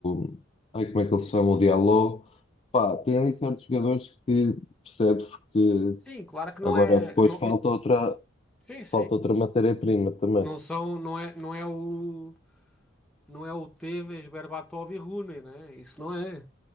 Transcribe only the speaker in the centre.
Sim, claro que não
é.
não,
não-
Sim, sim.
Não são, não é, não é o, não é o Tevez, Berbatov e Rooney, né? Isso não é.